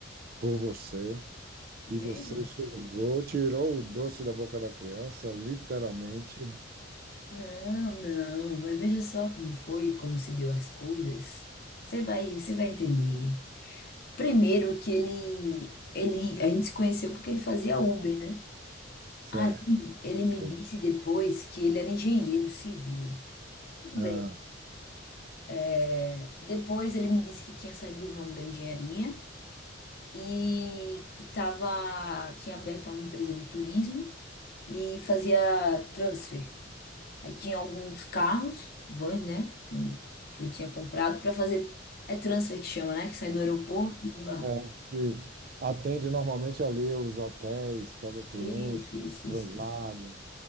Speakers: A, on the right; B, on the left.
A: por você.
B: veja.
A: E você chegou, tirou o doce da boca da criança, literalmente.
B: Não, não, mas veja só como foi, como se deu as coisas. Você vai, você vai entender. Primeiro que ele, ele, a gente se conheceu porque ele fazia Uber, né?
A: Certo.
B: Aí ele me
A: Tudo.
B: disse depois que ele era engenheiro civil. Tudo
A: Ah.
B: bem. É, depois ele me disse que tinha saído do ramo da engenharia e que tava, tinha aberto uma empresa de turismo e fazia transfer. Aí tinha alguns carros, vans, né? hum, Que ele tinha comprado para fazer. É transfer que chama, né? Que sai do aeroporto. e leva-
A: É, que atende normalmente ali os hotéis, pega clientes,
B: Isso, isso,
A: translado.
B: isso. isso.